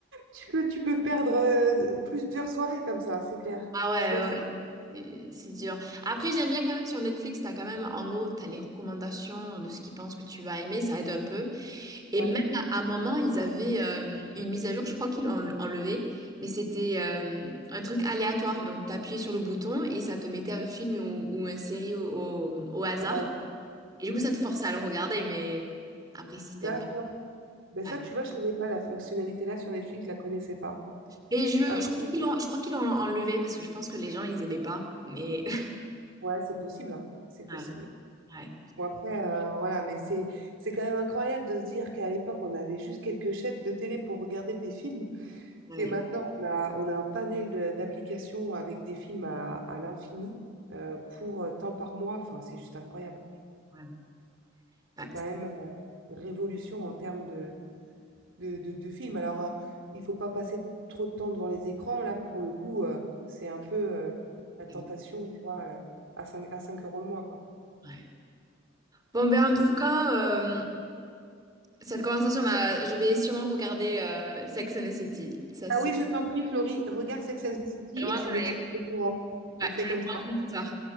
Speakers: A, on the right (about 75°); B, on the right (about 20°).
A: tu peux, tu peux perdre euh, plusieurs soirées comme ça, c'est clair.
B: Ah ouais,
A: Je suis assez...
B: ouais, ouais, euh, c'est dur. Après, j'aime bien quand même sur Netflix, t'as quand même en haut, t'as les recommandations de ce qu'ils pensent que tu vas aimer, ça aide un peu. Et
A: Ouais,
B: même à à un moment, ils avaient euh, une mise à jour, je crois qu'ils l'ont enle- enlevée, mais c'était euh, un truc aléatoire. Donc, t'appuyais sur le bouton et ça te mettait un film ou, ou une série au, au au hasard.
A: au hasard.
B: Et du coup, ça te force à le regarder, mais après, si
A: D'accord.
B: t'aimes pas.
A: Ben ça,
B: ouais.
A: tu vois, je savais pas, la fonctionnalité là sur Netflix, je la connaissais pas.
B: Et je,
A: Après,
B: je crois qu'ils l'ont, je crois qu'ils l'ont enlevé parce que je pense que les gens, ils aimaient pas. Mais. <laughs>
A: ouais, c'est possible, hein. C'est possible.
B: Ouais, ouais,
A: Bon, après, euh, voilà, mais c'est c'est quand même incroyable de se dire qu'à l'époque, on avait juste quelques chaînes de télé pour regarder des films.
B: ouais,
A: Et maintenant, on a, on a un panel de- d'applications avec des films à, à l'infini euh, pour euh, tant par mois. Enfin, c'est juste incroyable.
B: ouais.
A: C'est
B: Ouais,
A: quand même euh, une révolution en termes de, de, de, de films. Alors, euh, il faut pas passer trop de temps devant les écrans. Là, pour le coup, euh, c'est un peu euh, la
B: c'est
A: tentation,
B: vrai,
A: tu vois, euh, à cinq à 5 euros le mois, quoi.
B: ouais. Bon, ben, en tout cas, euh, cette conversation m'a. Je vais sûrement regarder euh, Sex and the City. Ça,
A: Ah
B: c'est.
A: oui, je t'en prie, Florie, regarde Sex and the City
B: Vraiment,
A: et tu
B: je
A: me
B: vais,
A: tiens au courant. On
B: ouais,
A: fait
B: je vais
A: comme
B: le
A: ça.
B: commencer ce soir.